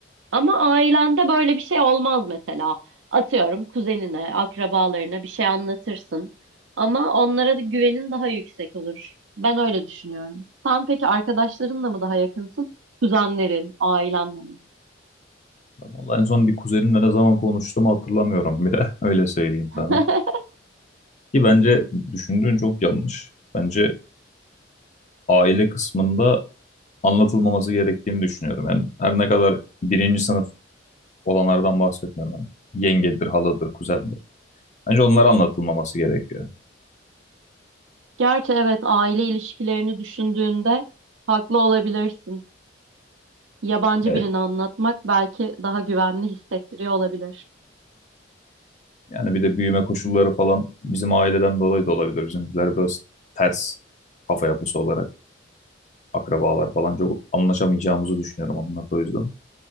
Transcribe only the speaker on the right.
Ama ailende böyle bir şey olmaz mesela. Atıyorum kuzenine, akrabalarına bir şey anlatırsın. Ama onlara da güvenin daha yüksek olur. Ben öyle düşünüyorum. Sen peki arkadaşlarınla mı daha yakınsın? Kuzenlerin, ailenle mi?
<laughs>
Gerçi evet aile ilişkilerini düşündüğünde haklı olabilirsin. Yabancı
birini anlatmak belki daha güvenli hissettiriyor olabilir.